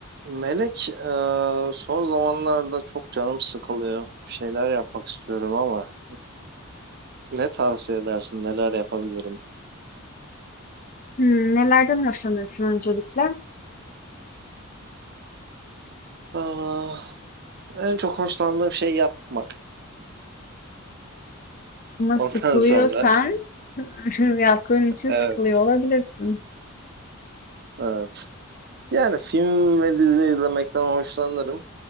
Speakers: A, on the right; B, on the left.
A: Melek, e, son zamanlarda çok canım sıkılıyor. Bir şeyler yapmak istiyorum ama e, ne tavsiye edersin, neler yapabilirim?
B: Hımm, nelerden hoşlanırsın öncelikle?
A: Aa, en çok hoşlandığım şey yatmak.
B: Ama
A: <laughs> Ondan
B: sıkılıyorsan
A: sonra,
B: <laughs> yattığın için
A: evet,
B: sıkılıyor olabilirsin.
A: evet. Yani film ve dizi izlemekten hoşlanırım